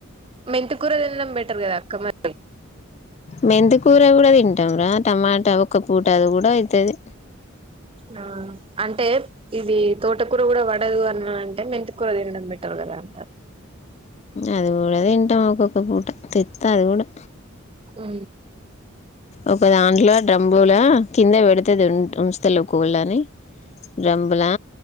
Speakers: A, on the right; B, on the left.
A: మెంతి కూర తినడం బెటర్ కదా అక్క మరి
B: మెంతికూర కూడా తింటాంరా టమాటా ఒక పూట అది కూడా అయితది
A: ఆ అంటే ఇది తోటకూర కూడా పడదు అన్న అంటే మెంతి కూర తిందాం బెటర్ రాంటమ్
B: అది కూడా తింటాం ఒక్కొక్క పూట తెత అది కూడా
A: అ
B: ఒక దాంట్లో డ్రంబూల కింద పెడితే ఉంచుతాలేవ్ కోళ్లు అని డ్రమ్లా